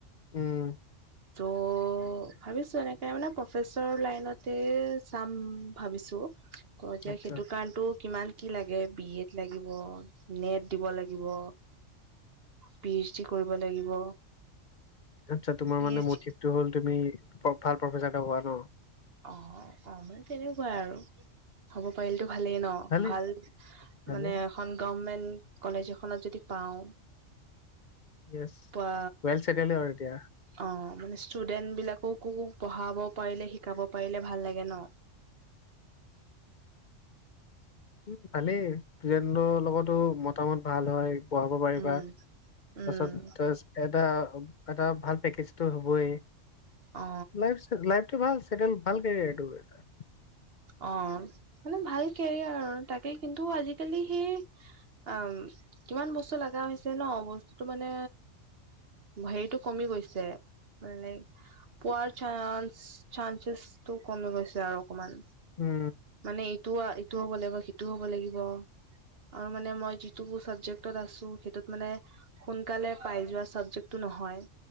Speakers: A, on the left; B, on the right.
A: উম
B: ত' ভাবিছো এনেকে মানে প্ৰফেচৰ লাইনতে চাম ভাবিছো অ এতিয়া
A: আচ্ছা
B: সেইটো কাৰণেটো কিমান কি লাগে বি এড লাগিব নেট দিব লাগিব পি এইচ ডি কৰিব লাগিব।
A: আচ্ছা তোমাৰ
B: পি
A: মানে
B: এইচ
A: মটিভটো
B: ডি
A: হল তুমি ভাল প্ৰফেচাৰ এটা হোৱা ন
B: অ অ মানে তেনেকুৱা আৰু থব পাৰিলেটো ভালেই ন
A: ভালে
B: ভাল
A: ভালে
B: মানে এখন গৰমেন্ট কলেজ এখনত যদি পাওঁ
A: য়েছ
B: বা
A: ৱেল চেটেল আৰু এতিয়া
B: অ মানে ষ্টুডেন্ট বিলাককো পঢ়াব পাৰিলে শিকাব পাৰিলে ভাল লাগে ন
A: উম ভালেই ফ্ৰেইণ্ডৰ লগতো মতামত ভাল হয় পঢ়াব পাৰিবা
B: উম
A: তাৰ
B: উম
A: পাছত এটা এটা ভাল পেকেজটো হ'বই
B: অ
A: লাচ লাইফটো ভাল চেটেল ভাল কেৰিয়াৰটো
B: অ মানে ভাল কেৰিয়াৰ আৰু তাকে কিন্তু আজিকালি সেই অ কিমান বস্তু লগা হৈছে ন বস্তুটো মানে ভাৰিটো কমি গৈছে লাই পোৱাৰ চানন্স চানন্সেচটো কমি গৈছে আৰু অকমান
A: উম
B: মানে এইটোও এইটো হ'ব লাগিব সিটো হ'ব লাগিব আৰু মানে মই যিটো চাবজেক্টত আছো সেইটোত মানে সোনকালে পাই যোৱা ছাবজেক্টটো নহয়